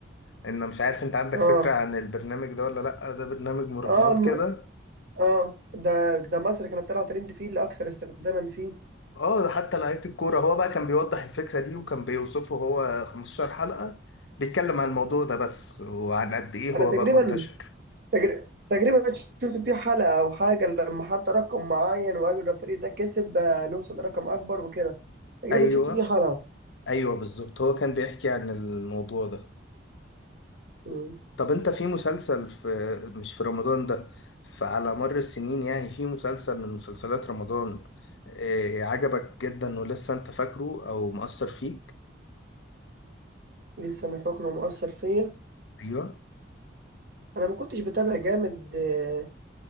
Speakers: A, on the left (about 75°); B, on the right (about 60°).
A: ان مش عارف انت عندك
B: اه
A: فكرة عن البرنامج ده ولا لأ ده برنامج مراهنات
B: اه الم...
A: كده
B: اه ده ده مصر كانت طالعه ترند فيه لاكثر استخداما فيه
A: اه ده حتى لعيبة الكورة هو بقى كان بيوضح الفكرة دي وكان بيوصفه هو 15 حلقة بيتكلم عن الموضوع ده بس وعن قد ايه هو
B: انا تقريبا
A: بقى منتشر
B: تقريبا تقريبا شفت فيه حلقة او حاجة لما حط رقم معين وقال لو الفريق ده كسب آه، نوصل لرقم اكبر وكده تقريبا
A: ايوه
B: شفت فيه حلقة
A: ايوه بالظبط هو كان بيحكي عن الموضوع ده
B: مم.
A: طب انت في مسلسل في مش في رمضان ده فعلى مر السنين يعني في مسلسل من مسلسلات رمضان آه، عجبك جدا ولسه انت فاكره او مؤثر فيك
B: لسه انا فاكره ومؤثر فيا
A: ايوه
B: انا ما كنتش بتابع جامد آه،